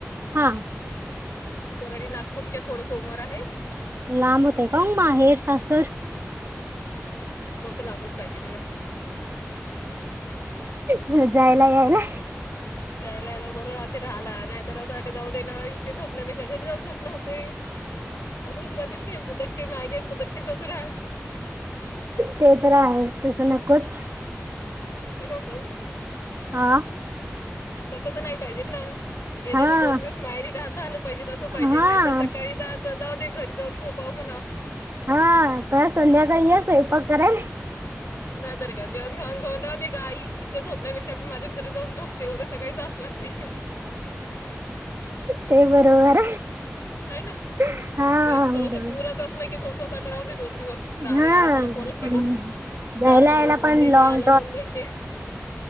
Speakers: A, on the right (about 55°); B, on the left (about 70°).
A: हा.
B: कोरडी नागपूरच्या थोडं सोमोर आहे.
A: लांब होते कांग माहेर सासर
B: थोडस लाभच पाहिजे.
A: त जायला यायला
B: जायला याला बरं ते राहिला नाही तर असं वाट जाऊ दे ना इथे झोपल्यापेक्षा घरी जाऊन झोप नव्हते. असं जात नाही कुदक्ककी मायगे कुदक्ककीच असू राहा.
A: ते तर आहे तसं नकोच.
B: तस तररक
A: हा.
B: तस तर नाही पाहिजे ना गेला
A: हा
B: तर दोन दिवस मायरी दात आल पाहिजे असं पाहिजे
A: हा
B: नाही तर सकाळी जा जाऊ ते घरी जाऊन झोपाव म्हणा.
A: हा पण संध्याकाळी आहे स्वैपाक करे
B: नाही तर का जेवण खाऊ घाऊनहते गाई इथे झोपल्यापेक्षा मी माझ्याच घरी जाऊ झोप. ते उदया सकाळी जास् लागते.
A: ते बरोबर
B: हो ना.
A: <unintelligible>
B: जसं थोडसं
A: बरोबर
B: दूरात असलं की थोडसं सा राहू दे दोन दिवसले
A: हा
B: आलं मला
A: आणि
B: परट टेका
A: जायला
B: गला
A: यायला
B: दोन
A: पण
B: घंटे आणि
A: लॉंग
B: आला दोन घंटे.